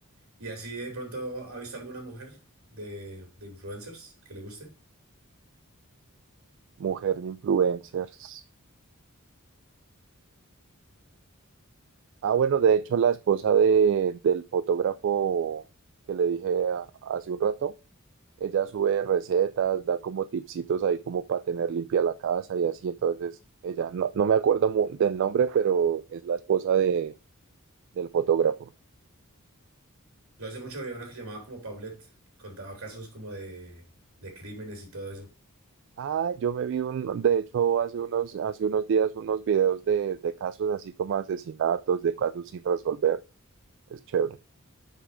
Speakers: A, on the right; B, on the right.
A: ¿Y así de pronto ha visto alguna mujer de, de influencers que le guste?
B: Mujer de influencers. Ah, bueno, de hecho la esposa de, del fotógrafo que le dije a- hace un rato, ella sube recetas, da como tipsitos ahí como para tener limpia la casa y así, entonces ella, no, no me acuerdo mu- del nombre, pero es la esposa de, del fotógrafo.
A: Yo hace mucho había una que llamaba como Paulette y contaba casos como de, de crímenes y todo eso.
B: Ah, yo me vi un, de hecho hace unos, hace unos días unos videos de, de casos así como asesinatos, de casos sin resolver, es chévere.